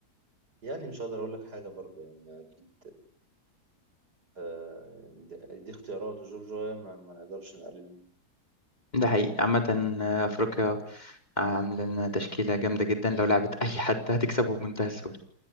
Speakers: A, on the right; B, on the left.
A: يعني مش هقدر أقول لك حاجة برضه يعني أكيد آه، دي, دي اختيارات وجورج ويا ما... ما نقدرش نقلل
B: ده حقيقي عامة آه، أفريقيا عاملة لنا تشكيلة جامدة جدا لو لعبت أي حد هتكسبه بمنتهى السهولة